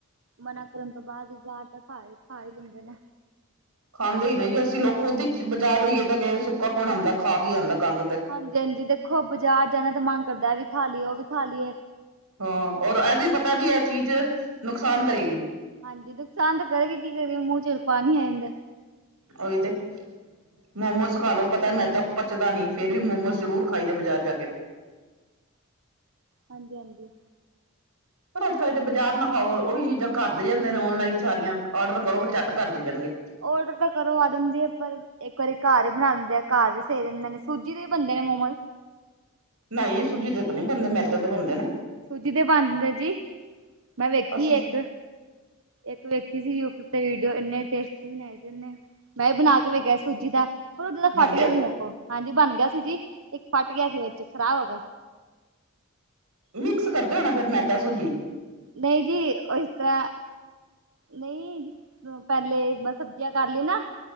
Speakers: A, on the right; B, on the right.
A: ਮਨਾ ਕਰਨ ਤੋਂ ਬਾਦ ਬਾਰ ਤਾਂ ਖਾ-ਖਾ ਈ ਲੀਂਦੇ ਨੇ।
B: ਖਾਂਦੇ ਈ ਨੇ ਜੀ ਅਸੀਂ ਲੋਕ ਖੁਦ ਈ ਬਜ਼ਾਰ ਵੀ ਗਏ ਤਾਂ ਸੁੱਕਾ ਕੌਣ ਆਂਦਾ ਖਾ ਕੇ ਈ ਆਂਦਾ ਗੰਦ ਤੇ।
A: ਹਾਂਜੀ ਹਾਂਜੀ, ਦੇਖੋ ਬਾਜ਼ਾਰ ਜਾਣਾ ਤੇ ਮਨ ਕਰਦਾ ਐ ਵੀ ਖਾ ਲਈਏ ਓ ਵੀ ਖਾ ਲਈਏ
B: ਹਾਂ ਔਰ ਐਵੀਂ ਪਤਾ ਐਹ ਚੀਜ਼ ਨੁਕਸਾਨ ਕਰੇਗੀ।
A: ਹਾਂਜੀ, ਨੁਕਸਾਨ ਤਾਂ ਕਰੇਗੀ ਕੀ ਕਰੀਏ ਮੂੰਹ ਚ ਪਾਣੀ ਆ ਜਾਂਦਾ।
B: ਓਈ ਤੇ। ਮੋਮੋਸ ਖਾਲੋ ਪਤਾ ਮੈਂਦਾ ਪਚਦਾ ਨੀ, ਫੇਰ ਵੀ ਮੋਮੋਸ ਜ਼ਰੂਰ ਖਾਈ ਦੇ ਬਾਜ਼ਾਰ ਜਾ ਕੇ।
A: ਹਾਂਜੀ- ਹਾਂਜੀ।
B: ਪਰ ਅੱਜ ਕੱਲ ਜੇ ਬਾਜ਼ਾਰ ਨਾ ਖਾਓ, ਉਹੀ ਚੀਜ਼ਾਂ ਘਰ ਦੇ ਜਾਂਦੇ ਨੇ ਔਨਲਾਈਨ ਸਾਰੀਆਂ ਔਡਰ ਕਰੋ ਝੱਟ ਘਰ ਦੇ ਜਾਣਗੇ।
A: ਔਡਰ ਤਾਂ ਕਰੋ ਆ ਜਾਂਦੀ ਆ, ਪਰ ਇੱਕ ਵਾਰੀ ਘਰ ਹੀ ਬਣਾ ਦਿੰਦੇ ਆ, ਘਰ ਵੀ ਸਹੀ ਰਹਿੰਦੇ ਨੇ ਸੂਜੀ ਦੇ ਬਣਦੇ ਨੇ ਮੋਮੋਜ।
B: ਨਈ ਸੂਜੀ ਦੇ ਤੇ ਨੀਂ ਬਣਦੇ, ਮੈਦੇ ਦੇ ਬਣਦੇ ਨੇ।
A: ਸੂਜੀ ਦੇ ਵੀ ਬਣਦੇ ਜਾਦੇ ਜੀ, ਮੈਂ ਵੇਖੀ
B: ਅਸੀਂ
A: ਆ ਇੱਕ ਇੱਕ ਵੇਖੀ ਸੀ ਯੂ ਟਿਊਬ ਤੇ ਵੀਡੀਓ ਏਨੇ ਟੇਸਟੀ ਬਣਾਏ ਸੀ ਉਹਨੇ, ਮੈਂ ਵੀ ਬਣਾ ਕੇ ਵੇਖਿਆ ਸੂਜੀ ਦਾ। ਪਰ ਐ ਜਰਾ
B: ਬਣ
A: ਫੱਟ
B: ਗਏ
A: ਗਿਆ ਸੀ ਮੇਕੋ, ਹਾਂਜੀ ਬਣ ਗਿਆ ਸੀ ਜੀ ਇੱਕ ਫਟ ਗਿਆ ਸੀ ਵਿੱਚ ਖ਼ਰਾਬ ਹੋ ਗਿਆ ਸੀ।
B: ਮਿਕਸ ਕਰਦੇ ਹੋਣਾ, ਫਿਰ ਮੈਦਾ ਸੂਜੀ।
A: ਨਹੀਂ ਜੀ ਉਹ ਇਸ ਤਾਂ ਨਈ ਪਹਿਲੇ ਮੈ ਸਬਜ਼ੀਆਂ ਕਰ ਲੀ ਨਾ,